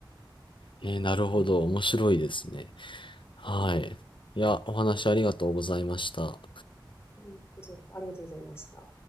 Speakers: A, on the left; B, on the left.
A: ーなるほど。
B: う
A: 面白いですね。はい。いや、お話ありがとうございました。
B: ん、こちらこそありがとうございました。